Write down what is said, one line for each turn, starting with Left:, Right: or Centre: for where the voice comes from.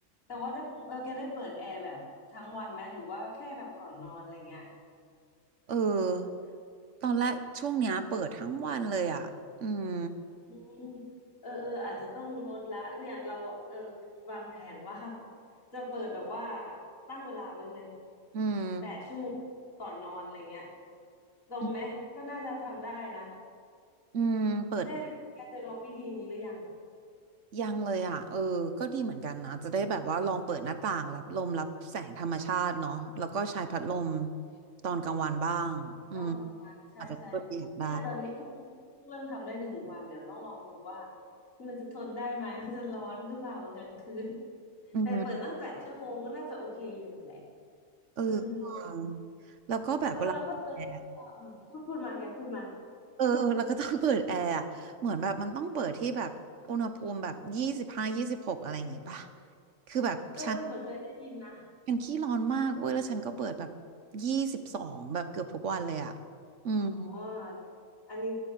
Left: แต่ว่าได้เออแกได้เปิดแอร์แบบทั้งวันไหมหรือว่าแค่แบบก่อนนอนอะไรเงี้ย
Right: เออตอนแรกช่วงเนี้ยเปิดทั้งวันเลยอ่ะอืม
Left: อืมเออเอออาจจะต้องลดละเนี่ยเราเออวางแผนว่าจะเปิดแบบว่าตั้งเวลาไว้เลย
Right: อืม
Left: แปดชั่วโมงก่อนนอนอะไรเงี้ยตรงไหมก็น่าจะทำได้นะ
Right: อืมอืมเปิด
Left: ได้แกจะลองวิธีนี้หรือยัง
Right: ยังเลยอ่ะเออก็ดีเหมือนกันนะจะได้แบบว่าลองเปิดหน้าต่างรับลมรับแสงธรรมชาติเนาะแล้วก็ใช้พัดลมตอนกลางวันบ้างอืม
Left: ต้องทำงานใช่ใช่
Right: อาจจะช่วยประหยัดได้
Left: เนี่ยตอนนี้เพิ่งเพิ่งเริ่มทำได้หนึ่งวันเดี๋ยวต้องลองดูว่ามันจะทนได้ไหมมันจะร้อนหรือเปล่าตอนกลางคืน
Right: อืม
Left: แต่เปิดตั้งแปดชั่วโมงก็น่าจะโอเคอยู่แหละ
Right: เออเออ
Left: อืม
Right: แล้วก็แบบเวลาแอร์
Left: เออเราก็เจอเออเออพูดพูดมาแกพูดมา
Right: เออแล้วก็ต้องเปิดแอร์อะเหมือนแบบมันต้องเปิดที่แบบอุณหภูมิแบบยี่สิบห้ายี่สิบหกอะไรอย่างงี้ป่ะคือแบบฉัน
Left: เออเหมือนเคยได้ยินนะ
Right: ฉันขี้ร้อนมากเว้ยแล้วฉันก็เปิดแบบยี่สิบสองแบบเกือบทุกวันเลยอ่ะอืม
Left: อ๋ออันนี้